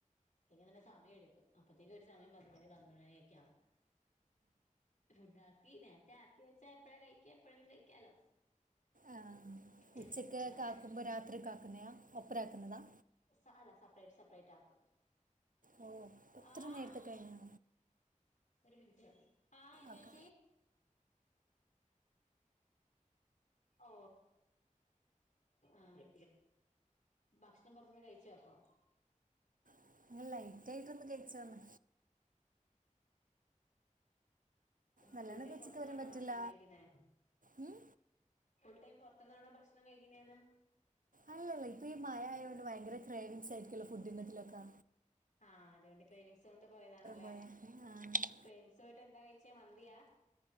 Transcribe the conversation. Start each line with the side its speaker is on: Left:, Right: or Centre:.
Left: അല്ല ന സമയ എടുക്കും അപ്പത്തേ <unintelligible> സമയം പത്ത് മണി പന്ത്രണ്ട് മ. ണിയൊക്കെ ആവും ഫുഡ് ആക്കി നേർത്തേ ആക്കി വച്ച <unintelligible> എപ്പോഴേലും കഴിക്കാലോ
Right: ആ
Left: പിള്ളേർക്കെല്ലാം
Right: ഉച്ചക്ക് കാക്കുമ്പോ രാത്രി കാ <unintelligible>
Left: സ അല്ല സെപ്പറേറ്റ് സെപ്പറേറ്റ് ആക്കും
Right: ഓ ഒത്ര
Left: ആഹ്
Right: നേരത്തെ കഴിഞ്ഞോ
Left: ഒരു മിൻറ്റ് ആഹ് എന്നേച്ചി
Right: ഓക്കെ
Left: ഓ ആഹ് ഭക്ഷണം പുറത്ത്ന്ന് കഴിച്ചപ്പോ
Right: <unintelligible> ലൈറ്റായിട്ടൊന്ന് കഴിച്ചോന്ന്
Left: ആഹ്
Right: നല്ലോണം
Left: ഫുൾടൈം
Right: കഴിച്ചിട്ട്
Left: പൊറത്ത്ന്നാണോ
Right: വരാൻ പറ്റില്ല
Left: ഭക്ഷണം കഴിക്കുന്നെ?
Right: ഉം?
Left: ഫുൾടൈം പൊർത്ത്ന്നാണോ ഭക്ഷണം കഴിക്കുന്നേന്ന്?
Right: അല്ലല്ല ഇപ്പീ മയയായോണ്ട് വയങ്കര ക്രേവിങ്സായിക്കുവല്ലോ ഫുഡിനിതിലൊക്കാ.
Left: ആഹ് അതോണ്ട് ക്രേവിങ്സോണ്ട് പോയതാണല്ലേ,
Right: പോയാ ആ.
Left: ക്രെവിങ്സോയിട്ട് എന്തായി. ച്ചെ മന്തിയാ?